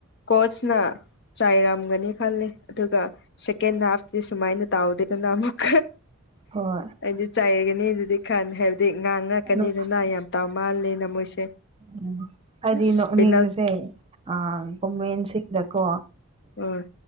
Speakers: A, on the left (about 50°); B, on the right (about 25°).
A: ꯀꯣꯠꯁ ꯅ ꯆꯥꯏꯔꯝꯒꯅꯤ ꯈꯜꯂꯦ ꯑꯗꯨꯒ ꯁꯦꯀꯦꯟ ꯍꯥꯐꯗꯤ ꯁꯨꯃꯥꯏꯅ ꯇꯧꯗꯦꯗꯅ ꯑꯃꯨꯛ
B: ꯍꯣꯏ
A: ꯑꯩꯗꯤ ꯆꯥꯏꯌꯦꯒꯅꯤ ꯗꯨꯗꯤ ꯈꯜꯂꯦ ꯍꯥꯏꯕꯗꯤ ꯉꯥꯡ ꯉꯛꯀꯅꯤꯗꯅ
B: ꯅꯣꯛ
A: ꯌꯥꯝ ꯇꯥꯎ ꯃꯥꯜꯂꯦꯅ ꯃꯣꯏꯁꯦ
B: ꯎꯝ ꯍꯥꯏꯗꯤ
A: ꯑꯁ
B: ꯅꯣꯛꯅꯤꯡꯕꯁꯦ
A: ꯄꯦꯅꯥꯜ
B: ꯑ ꯀꯣꯃꯦꯟꯁꯤꯡꯗꯀꯣ
A: ꯎꯝ